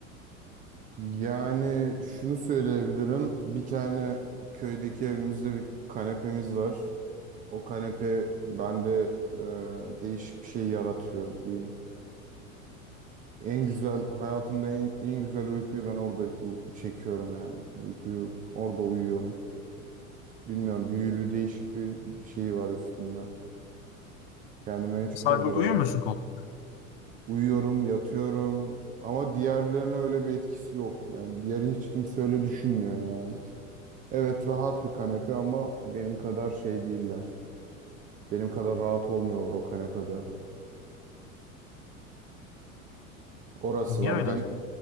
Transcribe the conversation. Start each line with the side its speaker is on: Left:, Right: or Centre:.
Right: Yani şunu söyleyebilirim. Bir tane köydeki evimizde bir kanepemiz var. O kanepe bende e, değişik bir şey yaratıyor diyeyim. En güzel, hayatımda en, en güzel uykuyu ben orada u- çekiyorum yani. Uykuyu orada uyuyorum. Bilmiyorum, büyülü değişik bir şey var üstümde. Kendimi en çok
Left: Sadece
Right: orada
Left: uyuyor
Right: rahat
Left: musun koltukta?
Right: Uyuyorum, yatıyorum ama diğerlerine öyle bir etkisi yok. Yani diğeri hiç kimse öyle düşünmüyor yani. Evet rahat bir kanepe ama benim kadar şey değiller. Benim kadar rahat olmuyorlar o kanepede. Orası
Left: Niye
Right: var.
Left: öyle
Right: Gen
Left: acaba?